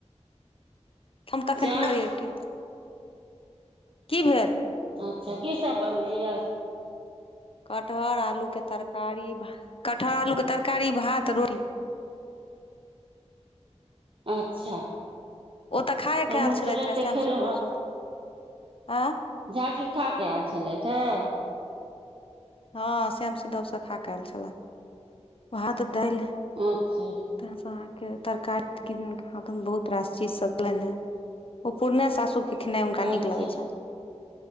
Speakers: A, on the left; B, on the right.
A: हम तखन
B: चाह
A: नहियै रोटी कि भेल
B: अच्छा की सब बनलै यै
A: कटहर आलू के तरकारी भा कटहर आलू के तरकारी भात रोटी
B: अच्छा
A: ओ तऽ खायेक
B: हमहूँ
A: आयल छलथि
B: तुरते
A: हे श्याम
B: खेलहुँ
A: स्वीट हाउस
B: हँ
A: सँ आँ
B: झाजी खा कऽ आयल छलथि ह
A: हँ श्याम स्वीट हाउस सँ खा क आयल छलाह भात दालि
B: अच्छा
A: तहनसँ अहाँके तरकारी किदनक हाथ बहुत रास चीजसभ भेलनि हे ओ पुरने सासुरकेँ खेनाइ हुनका
B: अच्छा
A: नीक लगै छनि